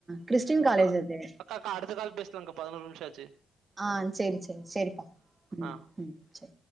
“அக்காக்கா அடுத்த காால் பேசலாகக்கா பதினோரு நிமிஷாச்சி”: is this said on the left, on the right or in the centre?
Right